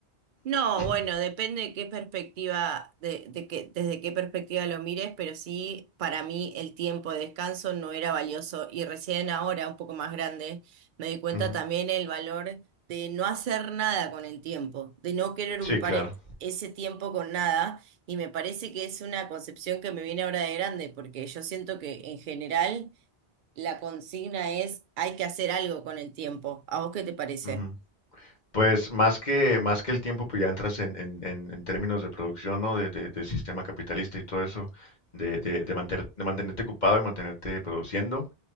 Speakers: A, on the right (about 60°); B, on the left (about 45°).
A: No,
B: <clears throat>
A: bueno, depende de qué perspectiva, de, de qué- desde qué perspectiva lo mires, pero sí, para mí el tiempo de descanso no era valioso y recién ahora, un poco más grande, me di cuenta
B: Ujú,
A: también el valor de no hacer nada con el tiempo, de no querer
B: Sí,
A: ocupar
B: claro.
A: e- ese tiempo con nada y me parece que es una concepción que me viene ahora de grande, porque yo siento que en general la consigna es hay que hacer algo con el tiempo. ¿A vos qué te parece?
B: ujú. Pues más que, más que el tiempo, pues ya entras en, en- en- en términos de producción, ¿no? De, de- de sistema capitalista y todo eso, de, de- de manter- de mantenerte ocupado y mantenerte produciendo.